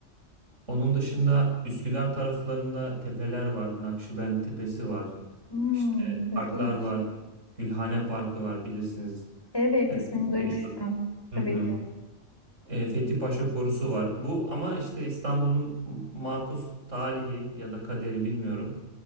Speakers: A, on the right (about 80°); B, on the left (about 20°).
A: Onun dışında Üsküdar taraflarında tepeler var. Nakşibend Tepesi var.
B: Hmm,
A: İşte
B: ilginç.
A: parklar var. Gülhane Parkı var bilirsiniz.
B: Evet,
A: Evet,
B: ismini duymuştum.
A: Meşhur.
B: Tabii
A: Hı hı.
B: ki.
A: E, Fethi Paşa Korusu var. Bu ama işte İstanbul'un m- makus talihi ya da kaderi bilmiyorum.